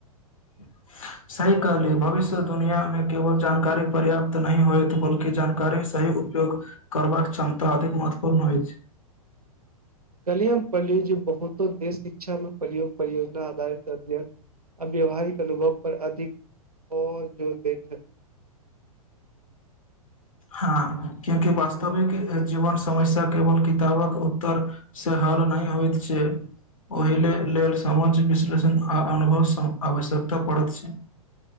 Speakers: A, on the left; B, on the right.
A: <inaudible> सही कहलिय भविष्य दुनियामे केवल जानकारी पर्याप्त नहि होएत बल्कि जानकारी से तनी उपयोग करबाक क्षमता अधिक महत्वपूर्ण होइछ
B: कलिय पन्डीजी बहुतो देश शिक्षा मे परियोज परियोजना आधारित अध्ययन अ व्यावहारिक अनुभव पर अधिक और जोर देत हेत
A: हँ क्योकि बास्त तविके जीवन समस्या केवल किताबक उत्तर से हल नहि होइत छै ओहि लेल समाज विश्लेषण आ अनुभव आवश्यकता पड़त छै